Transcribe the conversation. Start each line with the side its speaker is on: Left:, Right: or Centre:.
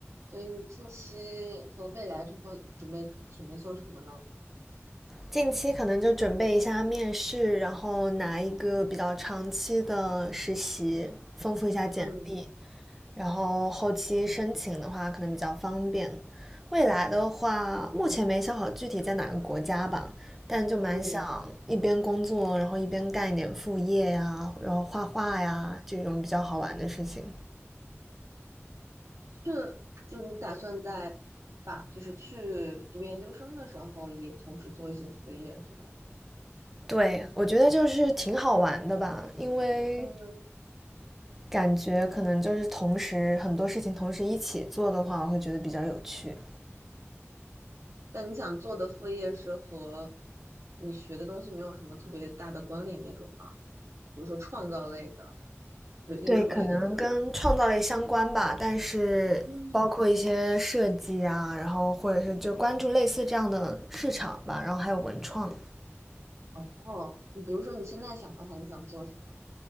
Right: 所以你近期和未来之后准备准备做什么呢？
Centre: 近期可能就准备一下面试，然后拿一个比较长期的实习，丰富一下简历，
Right: 嗯
Centre: 然后后期申请的话可能比较方便。未来的话，目前没想好具体在哪个国家吧，但就蛮想一边工作，
Right: 嗯，
Centre: 然后一边干一点副业呀，然后画画呀，这种比较好玩的事情。
Right: 是，就你打算在把就是去读研究生的时候，也同时做一些副业是吗？
Centre: 对，我觉得就是挺好玩的吧，因为
Right: 嗯，
Centre: 感觉可能就是同时很多事情同时一起做的话，我会觉得比较有趣。
Right: 那你想做的副业是和你学的东西没有什么特别大的关联那种吗？比如说创造类的或者艺术类的这样。
Centre: 对，可能跟创造类相关吧，但是包括一些设计啊，
Right: 嗯，
Centre: 然后或者是就关注类似这样的市场吧，然后还有文创。
Right: 哦，你比如说你现在想的话，你想做什么？